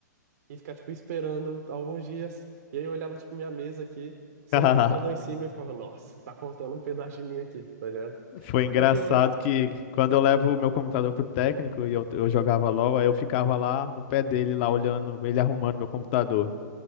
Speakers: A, on the right; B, on the left.
A: e ficar, tipo, esperando alguns dias. E aí eu olhava, tipo, minha mesa aqui, sem
B: <laughs>
A: o computador em cima, e eu ficava, nossa, tá faltando um pedaço de mim aqui, tá ligado?
B: Foi engraçado
A: Porque hoje.
B: que quando eu levo o meu computador pro técnico e eu, eu jogava LOL, aí eu ficava lá no pé dele, lá olhando, ele arrumando meu computador.